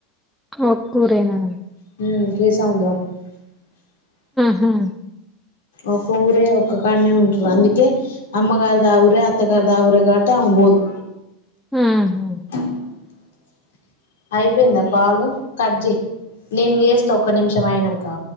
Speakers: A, in the centre; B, on the left.
A: ఒక్క ఊరేనా
B: <unintelligible>
A: హా
B: ఒక్క ఊరే ఒక్క కాన్నే ఉంటారు అందుకే అమ్మగారి దా ఊరే అత్తగారి దా ఊరే కాబట్టి అ పోదు
A: ఆహా!
B: <unintelligible> అయిపోయిందా కాలు కట్ చేయి నేను చేస్తా ఒక్క నిమిషం అయిన కా